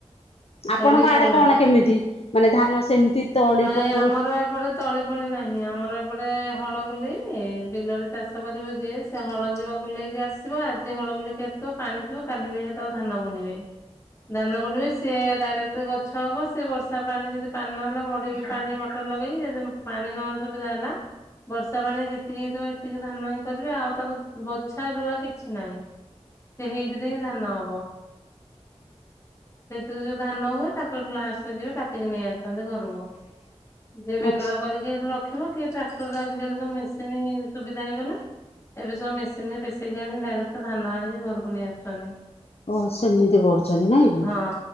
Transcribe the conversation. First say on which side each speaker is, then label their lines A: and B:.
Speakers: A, on the left; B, on the left.
A: ଆପଣଙ୍କ
B: ତଳି ହେଇଗଲାଣି।
A: ଆଡେ କଣ କେମିତି ମାନେ ଧାନ ସେମିତି ତଳି
B: ନାଇଁ
A: ପକଉ
B: ଆମର ଏପଟେ ତଳି ଭଳି ନାହିଁ ଆମର ଏପଟେ ହଳ ବୁଲେଇ ବେ ବିଲରେ ଚାଷ କରିବ ଯିଏ ସେ ହଳ ଯିବ ବୁଲେଇକି ଆସିବ ଆଜି ହଳ ବୁଲକି ଆସିବ ପା ଆଣିଥିବ କାଲି ନେଇକି ତାକୁ ଧାନ ବୁଣିବେ। ଧାନ ବୁଣିବେ ସେ ଡାଇରେକ୍ଟ ଗଛ ହବ ସି ବର୍ଷା ପାଣି ଯଦି ପାଣି ନହେଲା ମ ପାଣି ମଟର ଲଗେଇକି ଯଦି ପାଣି ନସୁବିଧା ହେଲା ବର୍ଷା ପାଣି ଯେତିକି ହେଇଥିବ ସେତିକି ଧାନ ହଇ କରିବେ ଆଉ ତାକୁ ବଛା ରୁଆ କିଛି ନାହିଁ। ସେ ହେଇଥିରେ ହିଁ ଧାନ ହବ। ସେଇଥିରେ ଯୋଉ ଧାନ ହୁଏ ତାକୁଠୁ ଲାସ୍ ଯିବେ କାଟିକି ନେଇ ଆସନ୍ତି ଘରକୁ। ଯିଏ ବେଙ୍ଗଳା
A: ଅଛି।
B: କରିକି ର କି ଟ୍ରାକ୍ଟର ଆଜି କାଲି ମେସିନ୍ ସୁବିଧା ହେଇଗଲା ଏବେ ସବୁ ମେସି ସିନେ ପିଶେକି ଆଣି ଡାଇରେକ୍ଟ ଧାନ ଆଣିକି ଘରକୁ ନେଇ ଆସୁଛନ୍ତି।
A: ଓ ସେମିତି କରୁଛନ୍ତି ନାଇଁ କି
B: ହଁ